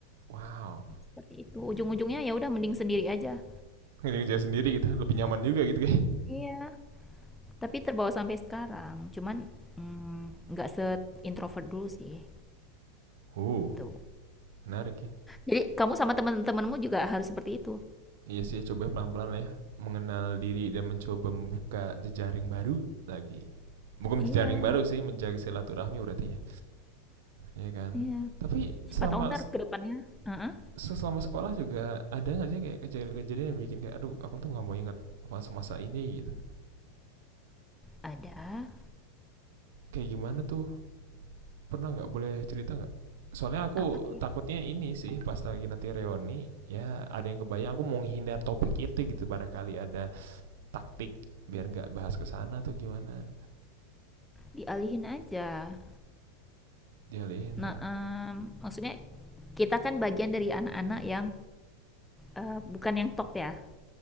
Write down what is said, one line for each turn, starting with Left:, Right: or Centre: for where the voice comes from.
Right: Wow.
Centre: seperti itu ujung-ujungnya ya udah mending sendiri aja
Right: Ngerjain sendiri gitu lebih nyaman juga gitu ya.
Centre: Iya. tapi terbawa sampai sekarang cuman mm, nggak se introvert dulu sih
Right: Uh,
Centre: tuh
Right: menarik ya.
Centre: jadi kamu sama teman-temanmu juga harus seperti itu
Right: Iya sih, coba pelan-pelan lah ya mengenal diri dan mencoba membuka jejaring baru lagi. Bukan
Centre: iya
Right: jejaring baru sih, menjaga silaturahmi berarti ya. Ya kan.
Centre: iya
Right: Tapi selama
Centre: siapa tahu ntar kedepannya Heeh.
Right: selama sekolah juga ada nggak sih kayak kejadian-kejadian yang bikin kayak aduh aku tuh nggak mau ingat masa-masa ini gitu.
Centre: ada
Right: Kayak gimana tuh? Pernah nggak boleh cerita nggak? Soalnya aku
Centre: apa tuh
Right: takutnya
Centre: ya
Right: ini sih pas lagi nanti reuni ya ada yang kebayang aku mau menghindar topik itu gitu barangkali ada taktik biar nggak bahas kesana atau gimana
Centre: dialihin aja
Right: dialihin
Centre: Nah,
Right: ya
Centre: em, maksudnya kita kan bagian dari anak-anak yang eh, bukan yang top ya, <laughs>